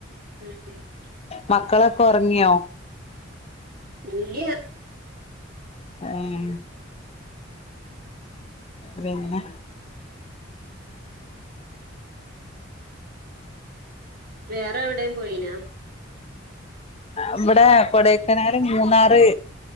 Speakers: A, on the right (about 50°); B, on the left (about 30°).
A: ഉം <unintelligible>
B: മക്കളക്കൊറങ്ങിയാ
A: ഇല്ലിയാ
B: ആയെ പിന്നെ
A: വേറെവിടെലും പോയിനാ
B: ഇവിടെ കൊടൈക്കനാല് മൂന്നാറ്